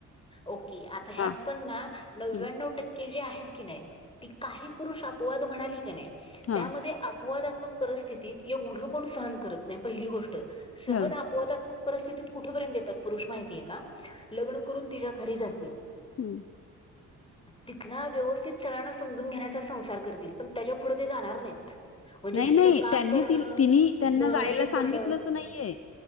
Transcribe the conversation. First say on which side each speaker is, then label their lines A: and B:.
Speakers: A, on the left (about 15°); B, on the left (about 45°).
A: ओके आता ह्यात
B: हा
A: पण ना नव्यानव
B: हम्म
A: टक्के जे आहेत. की नाही ती काही पुरुष आप- होआ तर म्हणाली का नाही.
B: हा
A: त्यामध्ये आप- संवादातमक परिस्थितीत येवढं कोण सहन करत नाही पहिली गोष्ट- सह
B: ह
A: ना आपवादात्मक. परिस्थितीत कुठपर्यंत येतात पुरुष माहितीे हाय. का लग्न तिच्या घरी जाती
B: हम्म
A: तिथला व्यवस्थित संगळ्याना समजून घेण्याचा संसार करतील पण त्याच्या पुुढं ते जाणार नाहीत. म्हणजे
B: नाही-
A: तिथलं
B: नाही
A: काम
B: त्यांनी
A: करणं
B: तिला
A: तिथलं
B: त्यांना जायला
A: हे
B: सांगितलंच
A: करणं
B: नाहीये